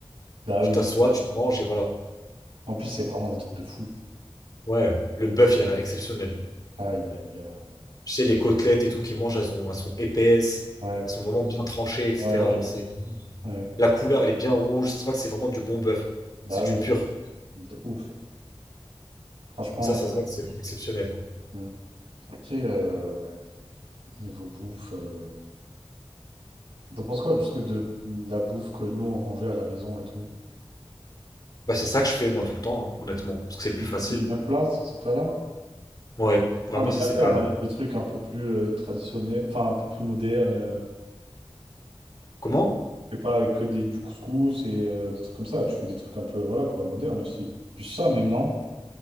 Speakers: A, on the right (about 85°); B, on the left (about 40°).
A: Bah
B: Tu
A: oui.
B: t'assois, tu manges et voilà.
A: En plus, c'est vraiment des trucs de fou.
B: Ouais, le bœuf, il a l'air exceptionnel.
A: Aïe, aïe, aïe.
B: Tu sais, les côtelettes et tout qu'ils mangent, elles sont, elles sont épaisses.
A: Ouais.
B: Elles sont vraiment bien tranchées, etc.
A: Euh,
B: Genre,
A: ouais.
B: c'est...
A: ouais.
B: La couleur, elle est bien rouge. Ça se voit que c'est vraiment du bon bœuf.
A: Bah
B: C'est du
A: oui.
B: pur.
A: De ouf. Franchement,
B: Donc ça,
A: ouais.
B: ça se voit que c'est exceptionnel, quoi.
A: Mm. Après, euh, ouais. Niveau bouffe. euh, T'en penses quoi du truc de la bouffe que nous on mangeait à la maison et tout?
B: Bah, c'est ça que je fais, moi, tout le temps, hein, honnêtement. Parce que c'est
A: C'est
B: le plus facile.
A: c'est les mêmes plats, ces ces plats-là?
B: Ouais, vraiment,
A: Non, mais
B: c'est
A: t'as
B: ces
A: fait
B: plats-là.
A: un avec des trucs un peu plus euh, traditionnels, enfin un peu plus modernes. euh.
B: Comment?
A: Tu fais pas que des, du couscous et euh, des trucs comme ça. Tu fais des trucs un peu, voilà quoi, modernes aussi. Plus ça, même, non?